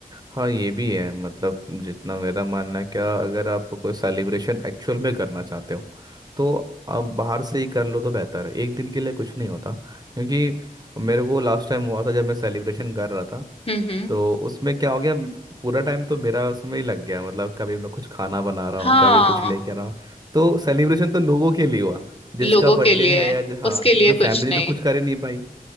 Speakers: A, on the right; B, on the left.
A: हाँ ये भी है मतलब जितना मेरा मानना है क्या अगर आप कोई सेलिब्रेशन एक्चुअल में करना चाहते हो तो आप बाहर से ही कर लो तो बेहतर है एक दिन के लिए कुछ नहीं होता क्योंकि मेरे को लास्ट टाइम हुआ था जब मैं सेलिब्रेशन कर रहा था
B: हम्म हम्म
A: तो उसमें क्या हो गया म- पूरा टाइम तो मेरा उसमें ही लग गया मतलब कभी मैं कुछ खाना बना रहा हूँ
B: हाँ
A: कभी कुछ लेके आ रहा हूँ तो सेलिब्रेशन तो लोगों के लिए हुआ जिसका
B: लोगों
A: बर्थडे
B: के लिए
A: है या ज- हाँ
B: उसके लिए
A: जो फैमिली
B: कुछ नहीं
A: तो कुछ कर ही नहीं पाई